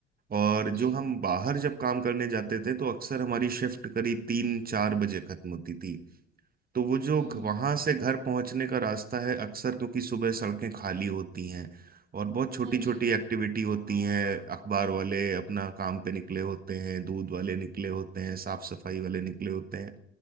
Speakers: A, on the right (about 25°); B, on the right (about 55°).
A: और जो
B: जी
A: हम बाहर जब काम करने जाते थे तो अक्सर हमारी शिफ्ट करीब तीन चार बजे खत्म होती थी तो वो जो
B: हम्म हम्म
A: वहां
B: हम्म।
A: से घर पहुंचने का रास्ता है अक्सर क्योंकि सुबह सड़कें खाली होती हैं और बहुत छोटी
B: हाँ
A: छोटी
B: जी
A: एक्टिविटी होती हैं अखबार वाले अपना काम पे निकले होते हैं दूध वाले निकले होते हैं साफ सफाई वाले निकले होते हैं